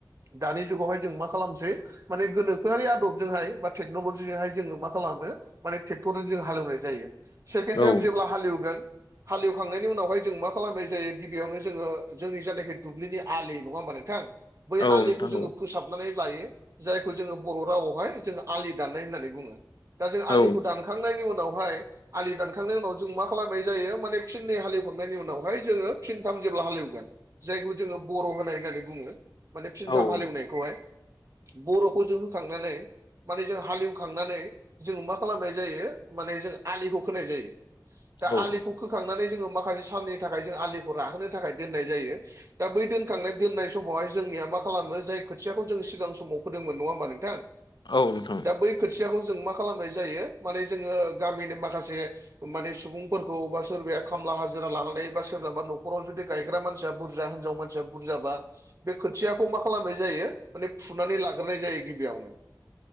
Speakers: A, on the right; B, on the left.
A: दानि जुगावहाय जों मा खालामसै माने गोनोखोआरि आदबजोंहाय बा टेक्न'लजिजोंहाय जोङो मा खालामो माने ट्रेक्टरजों जों हालेवनाय जायो सेकेण्ड
B: औ
A: टाइम जेब्ला हालेवगोन हालेवखांनायनि उनावहाय जों मा खालामबाय जायो गिबियावनो जोङो जोंनि जायनाखि दुब्लिनि आलि नङा होमबा नोंथां? बै आलिखौ
B: नोंथां
A: जोङो
B: औ
A: फोसाब नानै लायो जायखौ जोङो बर' रावावहाय जो आलि दाननाय होननानै बुङो दा जों आलिखौ
B: औ
A: दान खांनायनि उनावहाय आलि दानखांनायनि उनाव जों मा खालामनाय जायो माने फिनै हालेवखांनायनि उनावहाय जोङो फिनथाम जेब्ला हालेवगोन जायखौ जोङो बर' होनाय होननानै बुङो माने फिनथाम
B: औ
A: हालेवनायखौहाय बर'खौ जखांनानै माने जों हालेवखांनानै जोंङो मा खालामनाय जायो माने जों आलिखौ खोनाय जायो। दा
B: औ
A: आलिखौ खोखांनानै जोङो माखासे साननि थाखाय जों आलिखौ राहोनो थाखाय दोननाय जायो। दा बै दोनखांनाय दोननाय समावहाय जोंनिया मा खालामो जाय खो थियाखौ जों सिगां समाव फोदोंमोन नङा होमबा नोंथां?
B: नोंथां औ नोंथां
A: दा बै खोथियाखौ जों मा खालामनाय जायो माने जोङो गामिनि माखासे माने सुबुंफोरखौ बा सोरबाया खामला हाजिरा लानानै बा सोरनाबा न'खराव जुदि गायग्रा मानसिया बुरजा हिनजाव मान बुरजाबा बे खोथियाखौ मा खालामनाय जायो माने फुनानै लाग्रोनाय जायो गिबियावनो